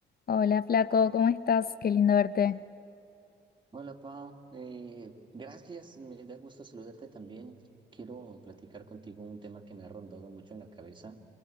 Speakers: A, on the left; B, on the right.
A: Hola, flaco, ¿cómo estás? Qué lindo verte.
B: Hola Pau, Eh, gracias, me da gusto saludarte también. Quiero platicar contigo un tema que me ha rondado mucho en la cabeza.